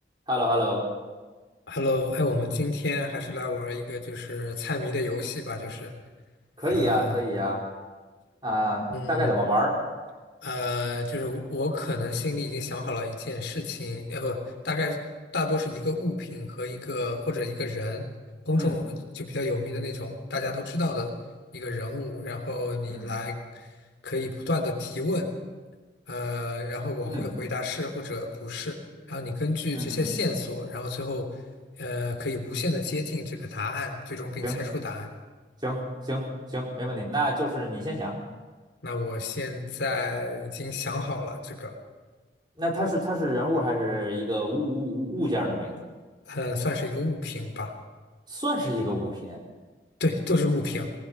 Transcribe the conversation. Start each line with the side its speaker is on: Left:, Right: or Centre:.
Right: h e l l o h e l l o
Left: Hello，哎，我们今天还是来玩儿一个就是猜谜的游戏吧，就是，
Right: 可以呀，
Left: 啊，
Right: 可以呀，啊，
Left: 嗯，
Right: 大概怎么玩儿？
Left: 呃，就是我可能心里已经想好了一件事情，呃，不，大概大多是一个物品和一个或者一个人，公众就比较有名的那种，
Right: 嗯，
Left: 大家都知道的一个人物，然后你来
Right: 嗯
Left: 可以不断的提问，呃，然后我会回答是或者不是，
Right: 嗯嗯
Left: 然后你根据这些线索，
Right: 嗯嗯嗯嗯
Left: 然后最后呃可以无限的接近这个答案，最终并猜出答案。
Right: 行行行行，没问题。那就是你先想，
Left: 那我现在已经想好了这个，
Right: 那它是它是人物还是一个物物物物件儿的名字？
Left: 嗯，算是一个物品吧。
Right: 算是一个物品，
Left: 对，都是物品。